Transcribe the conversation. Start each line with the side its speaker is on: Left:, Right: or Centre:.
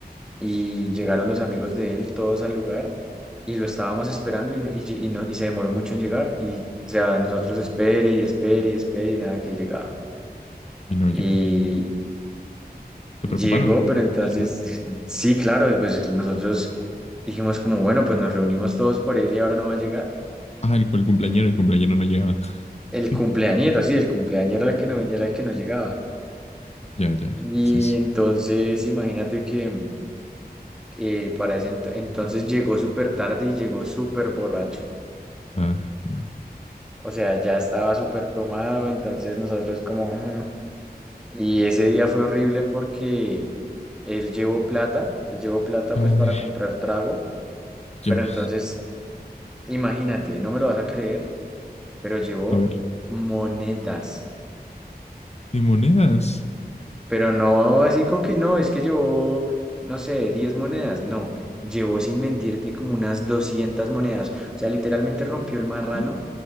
Centre: y llegaron los amigos de él todos al lugar y lo estábamos esperando y, no- y, lle- y no- y se demoró mucho en llegar y o sea, nosotros espere y espere y espere y nada que llegaba.
Left: Y no llegó.
Centre: Y
Left: ¿Te
Centre: llegó,
Left: preocuparon? ¿Te
Centre: pero entonces
Left: imagino?
Centre: sí, claro, pues que nosotros dijimos como, bueno, pues nos reunimos todos por él y ahora no va a llegar.
Left: Ah, el, el cumpleañero,
Centre: En-
Left: el cumpleañero no llegaba.
Centre: El
Left: <laughs>
Centre: cumpleañero, sí, el cumpleañero era el que no, era el que no llegaba.
Left: Ya, ya, ya.
Centre: Y
Left: Sí, sí.
Centre: entonces imagínate que eh, para ese ento- entonces llegó súper tarde y llegó súper borracho.
Left: Ay, ma.
Centre: O sea, ya estaba súper tomado, entonces nosotros como... "Mm". Y ese día fue horrible porque él llevó plata, él llevó plata
Left: Ay,
Centre: pues para comprar trago,
Left: ya.
Centre: pero entonces, imagínate, no me lo vas a creer, pero llevó
Left: A ver.
Centre: monedas,
Left: ¿Y monedas?
Centre: pero no así con que no, es que llevó, no sé, 10 monedas, no, llevó sin mentirte como unas 200 monedas, o sea, literalmente rompió el marrano
Left: ¿Qué?